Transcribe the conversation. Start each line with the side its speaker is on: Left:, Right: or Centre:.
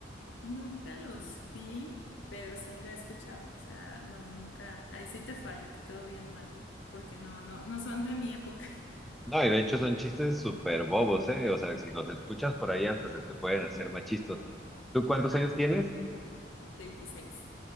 Left: nunca los vi, pero sí la he escuchado. O sea, no, nunca. Ahí sí te fallo, te quedo bien mal, porque no, no, no son de mi época.
Centre: No, y de hecho son chistes súper bobos, ¿eh? O sea, si los escuchas por ahí hasta se te pueden hacer más chistos ¿Tú cuántos
Left: <laughs> Ajá,
Centre: años tienes?
Left: 26.